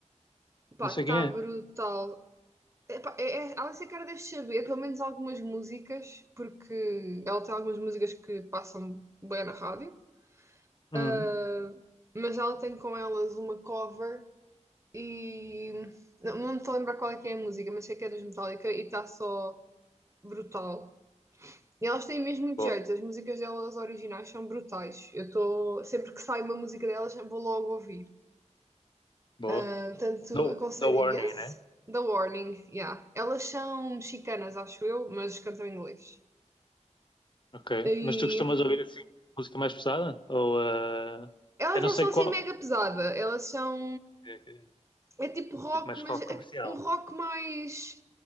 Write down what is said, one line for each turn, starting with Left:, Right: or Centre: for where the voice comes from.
Right: Pá,
Left: Não sei
Right: tá
Left: quem é.
Right: brutal. Epá, é- é- a Alicia Cara deve saber pelo menos algumas músicas, porque ela tem algumas músicas que passam bem na rádio,
Left: Uhum.
Right: Ah, mas ela tem com elas uma cover e não, não me estou a lembrar qual é que é a música, mas sei que é dos Metallica e está só brutal. E elas têm mesmo muito
Left: Boa,
Right: jeito, as músicas delas originais são brutais. Eu estou, sempre que sai uma música delas, vou logo ouvir.
Left: boa.
Right: Ah, portanto,
Left: Dou
Right: aconselho
Left: dou warning,
Right: imenso.
Left: né?
Right: The Warning, yeah. Elas são mexicanas, acho eu, mas cantam em inglês.
Left: Ok.
Right: E
Left: Mas tu costumas ouvir assim música mais pesada? Ou. ah,
Right: elas
Left: eu não
Right: não
Left: sei
Right: são
Left: qual.
Right: assim mega pesada, elas são.
Left: ok. ok.
Right: É tipo rock,
Left: Tipo mais
Right: mas
Left: rock
Right: é
Left: comercial.
Right: um rock mais.